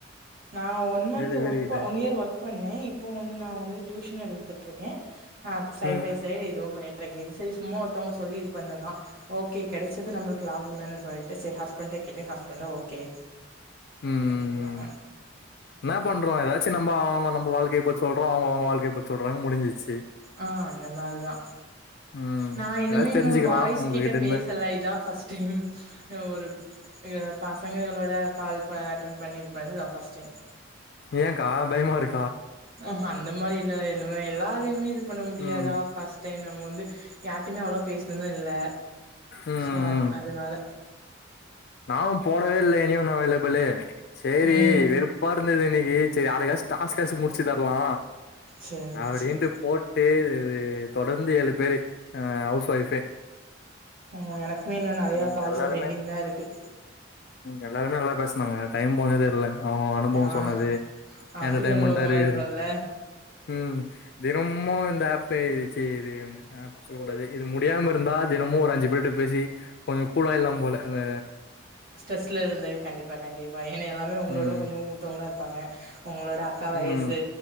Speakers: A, on the right; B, on the left.
A: நா ஒன் மந்த்
B: ஏழு பேருகிட்
A: ஒர்க் ஒன் இயர் ஒர்க் பண்ணேன் இப்ப வந்து நா வந்து டியூஷன் எடுத்துட்டுருக்கே ஆ சைட்
B: ம்
A: பை சைடு் இதுவு பண்ணிட்ருக்கே இது சரி சும்மா ஒருத்தவங்க சொல்லி இது பண்ணுதா ஓகே கெடச்சது நம்மளுக்கு லாபந்தான்னு சொல்ட்டு செ ஹஸ்பண்ட கேட்டே ஹஸ்பண்ட்டு ஓகே
B: ம் ம்
A: சொன்னாங்க
B: ம் என்ன பண்றோ எதாச்சு நம்ப அவுங்க நம் வாழ்கைய பத் சொல்றோ அவுங்க அவுங்க வாழ்க்கைய பத்தி சொல்றாங்க முடிஞ்சுச்சு
A: ஆ அந்த மார்தா
B: ம்
A: நா எதுவுமே
B: ஏதாச்சு
A: இன்னு
B: தெரிஞ்சுக்கலா
A: பாய்ஸ்
B: உங்ககிட்ட
A: கிட்ட
B: இருந்து
A: பேசல இதா பஸ்ட் டைம் ஒரு க பசங்களங்களோட கால் ப அட்டன் பண்ணி இது பண்ந்தா பஸ்ட் டைம்
B: ஏங்கா பயமாருக்
A: ஆ ஹா அந்த மாரி இல்ல இல்லங்க எல்லாரையுமே இது பண்ண முடியாதா
B: ம்
A: பஸ்ட் டைம் நம்ம வந்து யார்டையுமே அவ்ளோவா பேஸ்னது இல்ல
B: ம்
A: சோ அந்
B: ம்
A: அதுனால
B: நானு போடவே இல்ல எனி ஒன்னு அவேலபுளு சேரி
A: ம்
B: வெறுப்பா இருந்துது இன்னைக் ஏ செரி அரை காஸ்க்கு டாஸ் காய்ச்சும் முடிச்சு தரலா
A: சேரி
B: அப்டின்ட்டு
A: சேரி
B: போட்டு இது தொடர்ந்து ஏழு பேரு அ ஹவுஸ் ஒய்ஃபே
A: ம் எனக்குமே இன்னு நெறையா
B: ம்
A: கால்ச
B: எல்லாருமே
A: பெண்டிங் தா இருக்கு
B: எல்லாருமே நல்லா பேஸ்னாங்க டைம் போன்னதே தெர்லங்க அவுங்க அனுபவோ
A: ஆ
B: சொன்னது
A: ஆ
B: என்டர்டமென்டா
A: புது அனுபவமா
B: இருக்குது
A: இருக்குல்ல
B: ம் ம் தினமு இந்த ஆஃப்பே சி இது ஆஃப் சொல்லக்கூடாது இது முடியாம இருந்தா தினமு ஒரு அஞ்சு பேர்ட பேசி ரி கொஞ்ச கூழாயில்லா போல ந
A: ஸ்ட்ரெஸ்ல இருந்தங்க கண்டிப்பா கண்டிப்பா ஏன்னா எல்லாமே உங்களோட
B: ம்
A: கொஞ்ச ஊத்தவங்களா இருப்பாங்க உங்களோட அக்கா வயசு
B: ம்